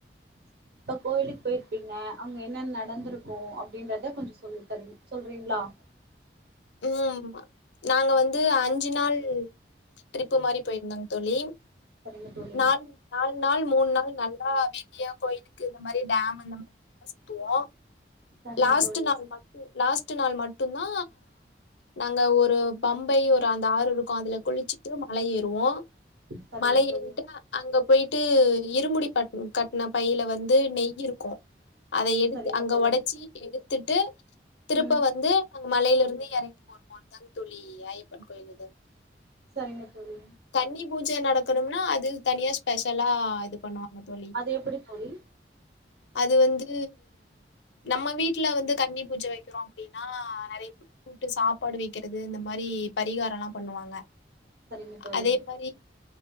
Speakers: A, on the right; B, on the left.
A: <inaudible> இப்ப கோயிலுக் பேய்ர்ப்பீங்க அங்க என்ன நடந்துருக்கு அப்டின்றத கொஞ்சு சொல்லி தரிங் சொல்றீங்ளா <inaudible>
B: ம் நாங்க வந்து அஞ்சு நாள் ட்ரிப்பு மாரி பேய்ர்ந்தங் தோழி
A: சரிங்க தோழி
B: நான் நால் நாள் மூணு நாள் நல்லா வெளிய கோயிலுக்கு இந்த மாரி டேம் இந்த மாரி <inaudible> லா சுத்துவோ
A: சரிங்க
B: லாஸ்ட்டு
A: தோழி
B: நாள் மட் லாஸ்ட்டு நாள் மட்டுந்தா நாங்க ஒரு பம்பை ஒரு அந்த ஆறு இருக் கு அதுல குளிச்சுட்டு மல ஏறுவோ
A: சரிங்க
B: மலை
A: தோழி
B: ஏறிட்டா அங்க போய்ட்டு இருமுடி பட்ணு கட் ன பைல வந்து நெய் இருக்கு அத எடுத்து
A: சரிங்க
B: அங்க
A: தோழி
B: ஒட எடுத்துட்டு திருப்பவ
A: ம்
B: ந்து அங்க மலைல இருந்து எறங்கி போர்மோன்தாங் தோழி ஐயப்பன் கோயில் இது
A: சரிங்க தோழி
B: கன்னி பூஜ நடக்கணும்னா அது தனியா ஸ்பெஷலா இது பண்ணுவாங்க தோழி
A: அது எப்படி தோழி
B: அது வந்து நம்ம வீட்ல வந்து கன்னி பூஜ வை கிறோ அப்டினா நெறைய கூட்டு சாப்பாடு வைக்கிறது இந்த மாதிரி பரிகாரோலா பண்ணுவாங்க
A: சரிங்க தோழி
B: அதே மாரி